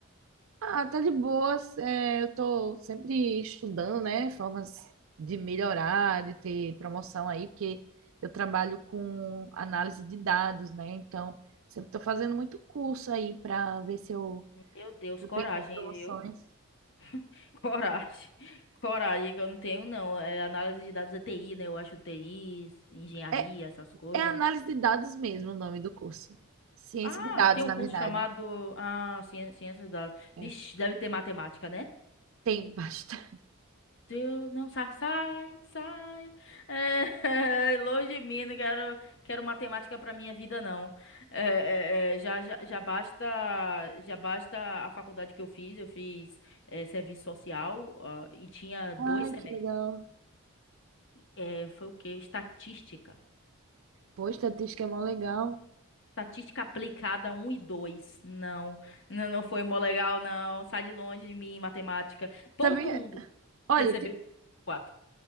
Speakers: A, on the right (about 65°); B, on the left (about 60°).
A: ah, tá de boas, é, eu tô sempre estudando, né? Formas de melhorar, de ter promoção aí, porque eu trabalho com análise de dados, né? Então, sempre tô fazendo muito curso aí para ver se eu,
B: Meu Deus,
A: eu
B: coragem,
A: tenho mais promoções.
B: viu? <laughs> Coragem. Coragem que eu não tenho, não. É análise de dados é TI, né? Eu acho TI, engenharia,
A: É,
B: essas coisas.
A: é análise de dados mesmo o nome do curso. Ciência
B: Ah,
A: de dados,
B: tem um
A: na
B: curso
A: verdade.
B: chamado ah, ciên- ciência de dados.
A: É.
B: Vixe, deve ter matemática, né?
A: Tem bastante.
B: Deus, não sai, sai, sai. É, <laughs> longe de mim, não quero, quero matemática para minha vida, não. É, é, é, já, já, já basta, já basta a faculdade que eu fiz. Eu fiz é, serviço social ah, e tinha dois
A: Ai,
B: semestres.
A: que legal.
B: É, foi o quê? Estatística.
A: Pô, estatística é mó legal.
B: Estatística aplicada um e dois Não, não, não foi mó legal, não. Sai de longe de mim, matemática. Todo
A: Sabia?
B: mundo
A: Olha,
B: recebeu
A: tem-
B: quatro